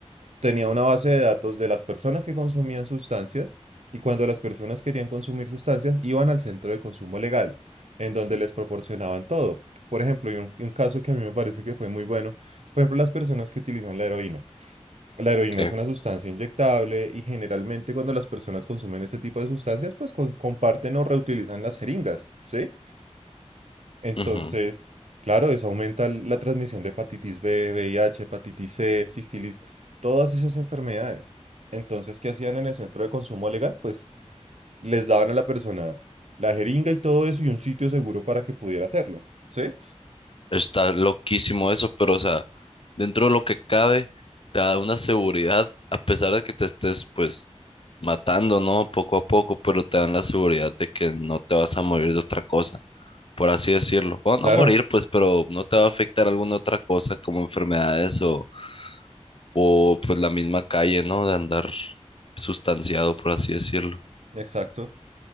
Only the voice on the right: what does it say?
tenía una base de datos de las personas que consumían sustancias y cuando las personas querían consumir sustancias iban al centro de consumo legal, en donde les proporcionaban todo. Por ejemplo, y un, y un caso que a mí me parece que fue muy bueno, por ejemplo, las personas que utilizan la heroína. La heroína
es una sustancia inyectable y generalmente cuando las personas consumen este tipo de sustancias, pues con- comparten o reutilizan las jeringas, ¿sí? Entonces,
claro, eso aumenta l- la transmisión de hepatitis B, V I H, hepatitis C, sífilis, todas esas enfermedades. Entonces, ¿qué hacían en el centro de consumo legal? Pues les daban a la persona la jeringa y todo eso y un sitio seguro para que pudiera hacerlo. ¿Sí?
Claro,
exacto.